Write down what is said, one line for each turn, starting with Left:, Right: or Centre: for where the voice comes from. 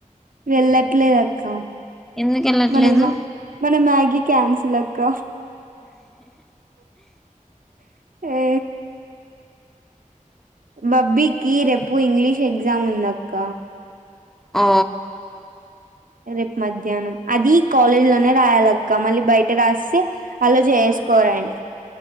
Right: వెళ్ళట్లేదు అక్క
Centre: ఎందుకు వెళ్ళట్లేదు
Right: మన మన మ్యాగీ క్యాన్సిల్ అక్క ఏ బబ్బికి రేపు ఇంగ్లీష్ ఎగ్జామ్ ఉందక్క
Centre: ఓ...
Right: రేపు మధ్యాహ్నం అది కాలేజ్ లోనే రాయాలక్క మళ్ళీ బయట రాస్తే ఎలో జేసుకో ట్రెం